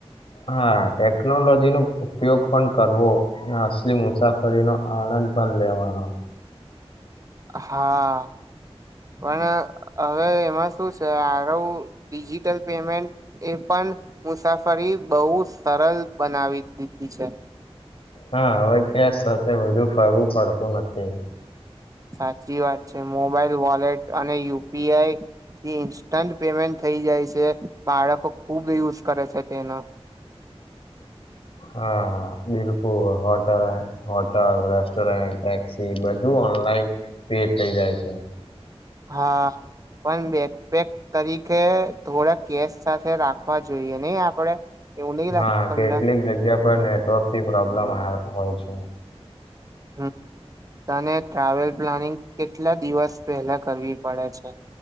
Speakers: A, on the left; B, on the right.
A: હા ટેકનોલોજી નો ઉપયોગ પણ કરવો અને અસલી મુસાફરીનો આનંદ પણ લેવાનો.
B: હા પણ હવે એમાં શું છે આ ડિજિટલ પેમેન્ટ એ પણ મુસાફરી બહુ સરળ બનાવી દીધી છે.
A: હા હવે કેશ સાથે વધુ ફરવું પડતું નથી.
B: સાચી વાત. મોબાઈલ વોલેટ અને યુ યુ પી આઈ થી ઇન્સ્ટન્ટ પેમેન્ટ થઈ જાય છે બાળકો ખુબ યુઝ કરે છે તેનો.
A: હા બિલકુલ હોટલ હોટલ, રેસ્ટોરન્ટ, ટેક્સી બધું ઓનલાઈન પે થઇ જાય છે.
B: હા પણ બેકપેક તરીકે થોડા કેશ સાથે રાખવા જોઈએ નહીં આપડે એવું નહીં
A: હા
B: લાગતું તમને?
A: કેટલીક જગ્યા પર થી આવે હોય છે.
B: હમ્મ અને ટ્રાવેલ પ્લાનિંગ કેટલા દિવસ પહેલા કરવી પડે છે?